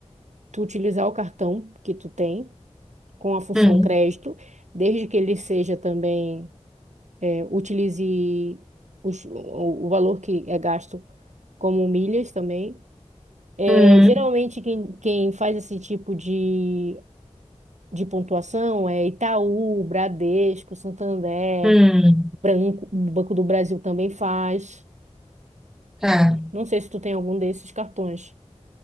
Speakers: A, on the right (about 75°); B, in the centre.
A: tu utilizar o cartão que tu tem com a função
B: Hum,
A: crédito, desde que ele seja também, é, utilize os- o, o valor que é gasto como milhas também. É,
B: hum,
A: geralmente, quem, quem faz esse tipo de, de pontuação é Itaú, Bradesco, Santander.
B: hum.
A: Branco, o Banco do Brasil também faz.
B: Tá.
A: Não sei se tu tem algum desses cartões.